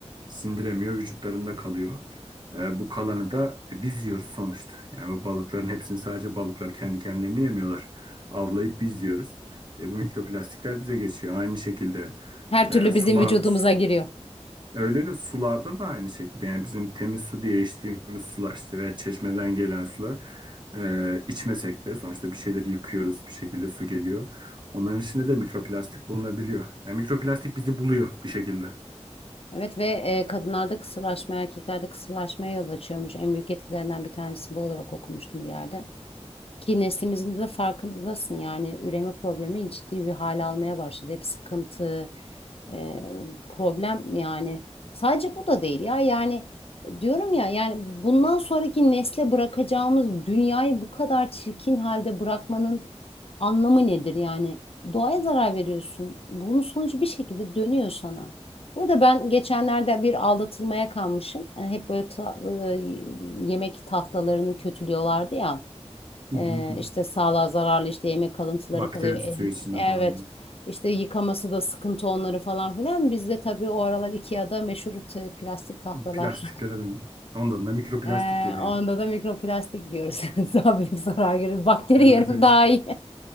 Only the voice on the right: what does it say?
Sindiremiyor, vücutlarında kalıyor. E, bu kalanı da e, biz yiyoruz sonuçta. Yani bu balıkların hepsini sadece balıklar kendi kendilerini yemiyorlar. Avlayıp biz yiyoruz. E, bu mikroplastikler bize geçiyor. Aynı şekilde
e,
sular
su-
öyle öyle sularda da aynı şekilde. Yani bizim temiz su diye içtiğimiz sular işte veya çeşmeden gelen sular e, içmesek de sonuçta bir şeyleri yıkıyoruz. Bir şekilde su geliyor. Onların içinde de mikroplastik bulunabiliyor. Yani mikroplastik bizi buluyor bir şekilde. Hı
hı
hı.
Bakteri
tutuyor içinde
falan.
plastiklere
dönür. Ondan da mikroplastik
geliyor.
Evet.
evet.